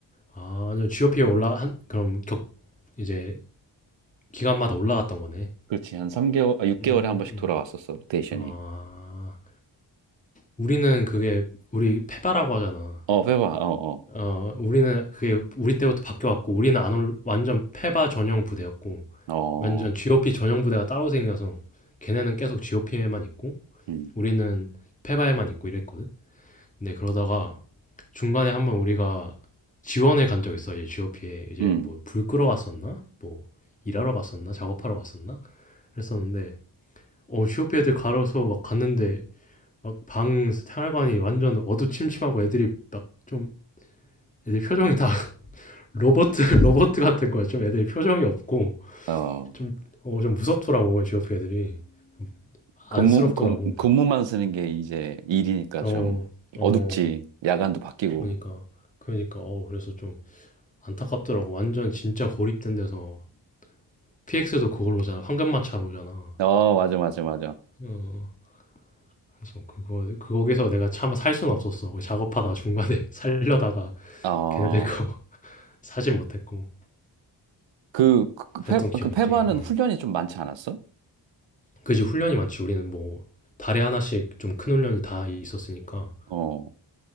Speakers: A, on the left; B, on the right.
A: 아 완전 GOP에 올라한 그럼 격 이제 기간마다 올라갔던 거네.
B: 그렇지. 한 3개월, 아, 6개월에
A: 음.
B: 한 번씩
A: 음.
B: 돌아왔었어. 로테이션이.
A: 아. 우리는 그게 우리 페바라고 하잖아.
B: 어, 회화. 어,
A: 어, 우리는 그게 우리 때부터 바뀌어왔고, 우리는 안 올, 완전 페바 전용 부대였고,
B: 어.
A: 완전
B: 어.
A: GOP 전용 부대가 따로 생겨서, 걔네는 계속 GOP에만 있고,
B: 음.
A: 우리는 페바에만 있고 이랬거든? 근데 그러다가 중간에 한번 우리가 지원을 간 적 있어. 이 GOP에 이제
B: 음.
A: 뭐 불 끄러 갔었나? 뭐 일하러 갔었나? 작업하러 갔었나? 그랬었는데, 어, GOP 애들 가려서 막 갔는데, 막 방 생활관이 완전 어두침침하고 애들이 막 좀, 애들 표정이 다 로버트 로버트 <laughs> 같은 거야. 좀 애들 표정이 없고
B: 어.
A: 좀 어, 좀 무섭더라고 GOP 애들이 좀
B: 근무
A: 안쓰럽더라고.
B: 근, 근무만 쓰는 게 이제 일이니까
A: 어,
B: 좀
A: 어,
B: 어둡지. 야간도 바뀌고.
A: 그러니까 그러니까 어 그래서 좀 안타깝더라고. 완전 진짜 고립된 데서 PX도 그걸로잖아. 황금마차로 오잖아.
B: 어, 맞아 맞아 맞아.
A: 어, 그래서 그거 그거에서 내가 차마 살 수는 없었어. 거기 작업하다 중간에 <laughs> 살려다가
B: 어.
A: 걔네들 거 <laughs> 사진 못했고
B: 그, 그, 페,
A: 그랬던 기억
B: 그 페바는
A: 있지. 응.
B: 훈련이 좀 많지 않았어?
A: 그지 훈련이 많지 우리는 뭐 달에 하나씩 좀 큰 훈련이 다 있었으니까
B: 어.